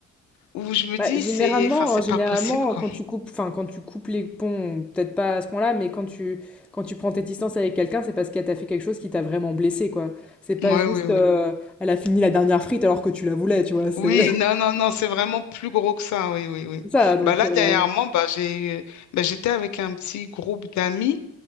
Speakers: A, on the left; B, in the centre.
A: où je me
B: Bah,
A: dis,
B: généralement,
A: c'est... Enfin, c'est
B: euh, généralement,
A: pas possible, quoi.
B: quand tu coupes, enfin, quand tu coupes les ponts, peut-être pas à ce point-là, mais quand tu, quand tu prends tes distances avec quelqu'un, c'est parce qu'elle t'a fait quelque chose qui t'a vraiment blessé, quoi. C'est pas
A: ouais
B: juste,
A: oui, oui.
B: euh, elle a fini la dernière frite alors que tu la voulais, tu vois. C'est
A: Oui,
B: <laughs>
A: non, non, non, c'est vraiment plus gros que ça, oui, oui, oui.
B: c'est ça, donc.
A: Bah là,
B: euh,
A: dernièrement, bah, j'ai, eu- bah, j'étais avec un petit groupe d'amis